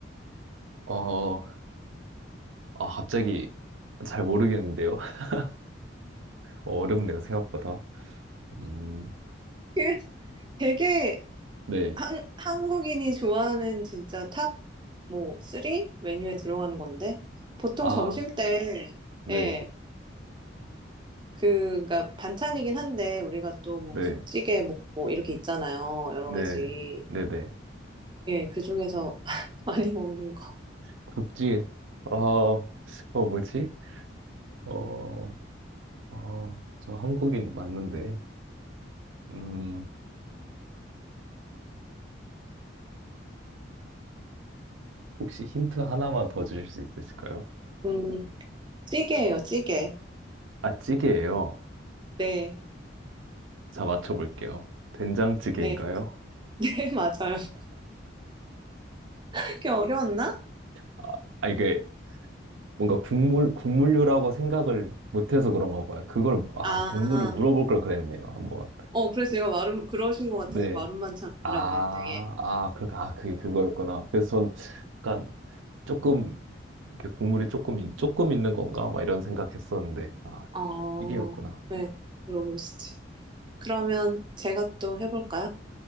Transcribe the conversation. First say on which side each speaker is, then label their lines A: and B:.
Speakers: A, on the right; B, on the right.
A: 어, 아, 갑자기 잘 모르겠는데요? <laughs> 어렵네요, 생각보다. 음,
B: 그 되게
A: 네.
B: 한, 한국인이 좋아하는 진짜 탑 뭐 쓰리 메뉴에 들어가는 건데 보통
A: 아,
B: 점심 때
A: 네,
B: 예, 그니까 반찬이긴 한데 우리가 또 뭐
A: 네,
B: 국찌개 뭐뭐 이렇게 있잖아요. 여러
A: 네,
B: 가지.
A: 네, 네.
B: 예, 그중에서 <laughs> 많이 먹는 거.
A: 국지, 아, 어, 뭐지? 어, 어, 저 한국인 맞는데, 음, 혹시 힌트 하나만 더 주실 수 있으실까요?
B: 음, 찌개예요, 찌개.
A: 아, 찌개예요.
B: 네.
A: 자, 맞춰볼게요. 된장찌개인가요?
B: 네. <laughs> 네, 맞아요. <laughs> 그게 어려웠나?
A: 아, 아, 이게 뭔가 국물, 국물류라고 생각을 못해서 그런가 봐요. 그걸, 아,
B: 아,
A: 국물을 물어볼 걸 그랬네요, 한번.
B: 어, 그래서 이거 마름, 그러신 것 같아서
A: 네.
B: 마름 반찬이라고
A: 아,
B: 그랬는데, 예.
A: 아, 그, 아, 그게 그거였구나. 그래서 전 약간 조금, 이렇게 국물이 조금, 있- 조금 있는 건가? 막 이런 생각했었는데, 아,
B: 어,
A: 찌개였구나.
B: 네, 물어보시지. 그러면 제가 또 해볼까요?